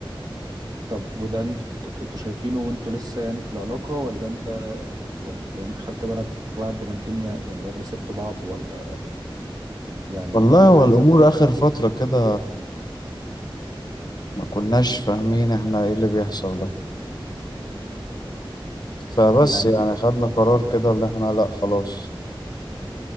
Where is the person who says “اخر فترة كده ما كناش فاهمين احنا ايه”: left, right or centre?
Left